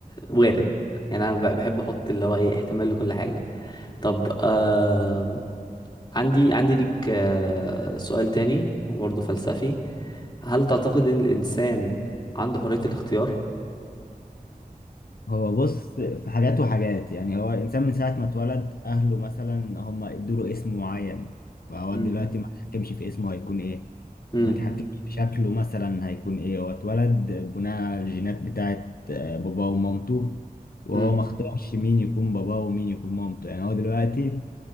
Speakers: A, on the left; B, on the left.
A: وارد يعني انا ب- بحب احط اللي هو ايه احتمال لكل حاجة طب آه عندي عندي ليك آه سؤال تاني برضو فلسفي هل تعتقد ان الانسان عنده حرية الاختيار؟
B: هو بص في حاجات وحاجات يعني هو الإنسان من ساعة ما اتولد أهله مثلا هم ادوله اسم معين فهو
A: مم.
B: دلوقتي ما اتحكمش في اسمه هيكون إيه
A: امم
B: ما اتحكمش في شكله مثلا هيكون إيه هو اتولد بناء على الجينات بتاعت آه، باباه ومامته وهو
A: امم
B: ما اختارش مين يكون باباه ومين يكون مامته يعني هو دلوقتي